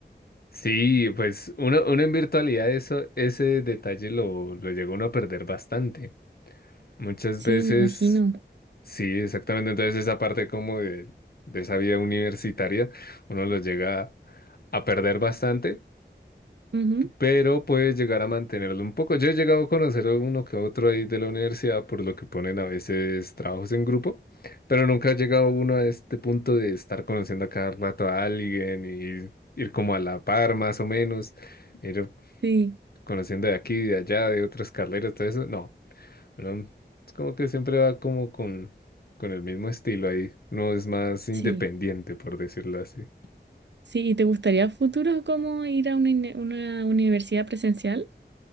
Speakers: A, on the left; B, on the right.
A: Sí, pues uno, uno en virtualidad eso, ese detalle lo, lo llega uno a perder bastante. Muchas
B: Sí,
A: veces
B: me imagino.
A: Sí, exactamente. Entonces esa parte como de, de esa vida universitaria, uno lo llega a perder bastante,
B: Ujú,
A: pero puede llegar a mantenerlo un poco. Yo he llegado a conocer a uno que otro ahí de la universidad, por lo que ponen a veces trabajos en grupo, pero nunca ha llegado uno a este punto de estar conociendo a cada rato a alguien y ir como a la par más o menos, ir
B: Sí,
A: conociendo de aquí, de allá, de otras carreras, todo eso. No. Pero es como que siempre va como con, con el mismo estilo ahí. No es más independiente,
B: sí,
A: por decirlo así.
B: sí. ¿Y te gustaría a futuro como ir a una, uni- una universidad presencial?